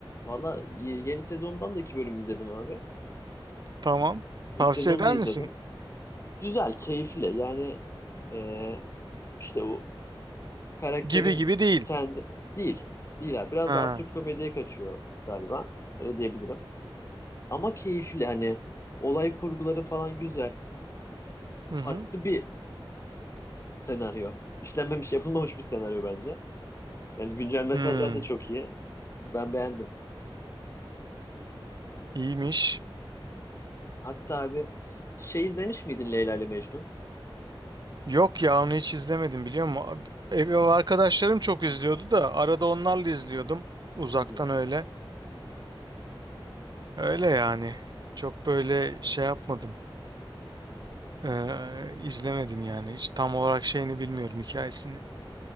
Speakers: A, on the left; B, on the right.
A: Valla y- yeni sezondan da iki bölüm izledim abi.
B: Tamam.
A: İlk
B: Tavsiye
A: sezonu
B: eder
A: da izledim.
B: misin?
A: Güzel, keyifli. Yani ee, işte o karakterin
B: Gibi gibi değil.
A: kendi değil. Değil abi. Biraz
B: Ha.
A: daha absürt komediye kaçıyor galiba. Öyle diyebilirim. Ama keyifli hani olay kurguları falan güzel.
B: Hı
A: Farklı
B: hı.
A: bir senaryo. İşlenmemiş, <laughs> yapılmamış bir senaryo bence. Yani güncel mesajlar
B: Hmm.
A: da çok iyi. Ben beğendim.
B: İyiymiş.
A: Hatta abi şey izlemiş miydin Leyla ile Mecnun?
B: Yok ya onu hiç izlemedim biliyor musun? Abi- Ev ev arkadaşlarım çok izliyordu da arada onlarla izliyordum. Uzaktan
A: Hı hı.
B: öyle. Öyle yani. Çok böyle şey yapmadım. Ee, izlemedim yani. Hiç tam olarak şeyini bilmiyorum hikayesini.